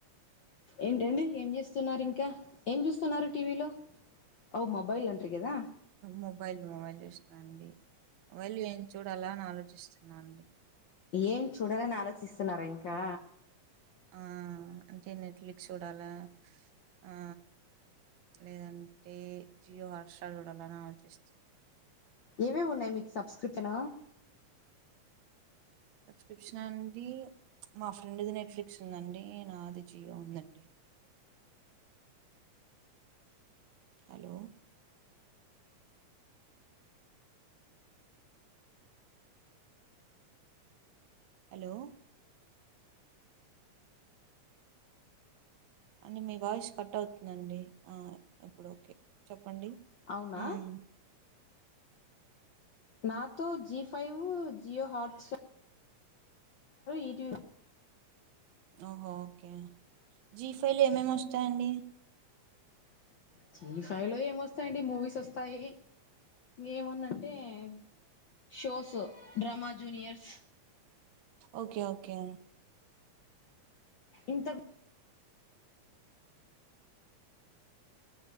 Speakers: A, on the left; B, on the right.
A: ఏంటండి ఏం చేస్తున్నారు ఇంకా ఏం చూస్తున్నారు టీవీలో అవ మొబైల్ అండ్రిగదా
B: మొబైల్ మొబైల్ చూస్తున్నా అండి మొబైల్ ఏం చూడాల అని ఆలోచిస్తున్నా అండి
A: ఏం చూడాలని ఆలోచిస్తున్నారా ఇంకా
B: ఆ అంటే నెట్ ఫ్లిక్స్ చూడాలా ఆ లేదంటే జియో హాట్ స్టార్ చూడాల అని ఆలోచిస్తుంది
A: ఏవేవి ఉన్నాయి మీకు సబ్స్క్రిప్షన్
B: సబ్స్క్రిప్షన్ అండి మా ఫ్రెండ్ది నెట్ఫ్లిక్స్ ఉందండి నాది జియో ఉందండి హలో హలో అండి మీ వాయిస్ కట్ అవుతుందండి ఆ ఇప్పుడు ఓకే చెప్పండి
A: అవునా
B: ఉమ్
A: నాతో Zee five Jio huts star ETV
B: ఓహో ఓకే జీ ఫైవలో ఏమేమి వస్తాయండి
A: జీ ఫైవ్ లో ఏమొస్తాయిండి మూవీస్ వస్తాయి ఏముందంటే అంటే shows drama juniors
B: okay okay
A: ఇంత